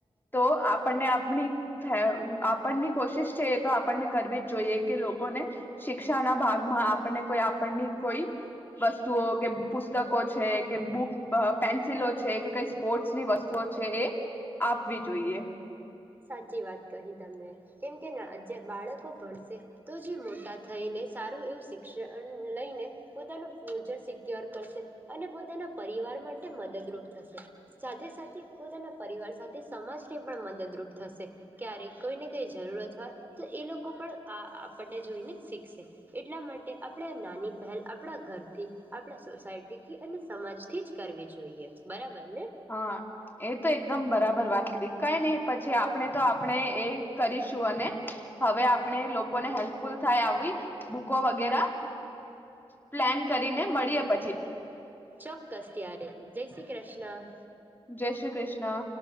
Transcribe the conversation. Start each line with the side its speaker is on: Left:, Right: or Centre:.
Left: તો આપણને આપણી ફેવ, આપણની કોશિશ છે એ તો આપણને કરવી જ જોઈએ કે લોકોને શિક્ષાના ભાગ આપણને કોઈ, આપણની કોઈ વસ્તુઓ કે પુસ્તકો છે કે બુક અ પેન્સિલો છે કે કઈ સ્પોર્ટસની વસ્તુઓ છે એ આપવી જોઈએ.
Right: સાચી વાત કહી તમે. કેમ કે ના, જે બાળકો ભણશે તો જે મોટા થઈને સારું એવું શિક્ષણ લઈને, પોતાનું ફ્યુચર સિક્યોર કરશે, અને પોતાના પરિવાર માટે મદદરૂપ થશે. સાથે સાથે, પોતાના પરિવાર સાથે સમાજને પણ મદદરૂપ થશે, ક્યારેક કોઈને કંઈ જરૂરત હોય તો એ લોકો પણ આ, આપણને જોઈને જ શીખશે. એટલા માટે, આપણે આ નાની પહેલ આપણા ઘરથી, આપણા સોસાયટીથી, અને સમાજથી જ કરવી જોઈએ. બરાબર ને
Left: હા, એ તો એકદમ બરાબર. ર વાત કરી કઈ નહી, પછી આપણે તો, આપણે એ કરીશું, અને હવે આપણે લોકોને હેલ્પફુલ થાય આવી બુકો વગેરા પ્લાન કરીને મળીએ પછી.
Right: ચોક્કસ, ત્યારે! જય શ્રી કૃષ્ણ
Left: જય શ્રી ક્રિષ્ના!